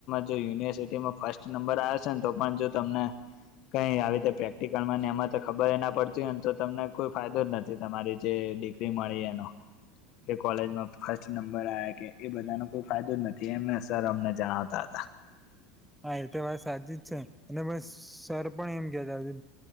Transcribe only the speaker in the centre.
હા, એતો વાત સાચી જ છે અને મને સર પણ એમ કેતા.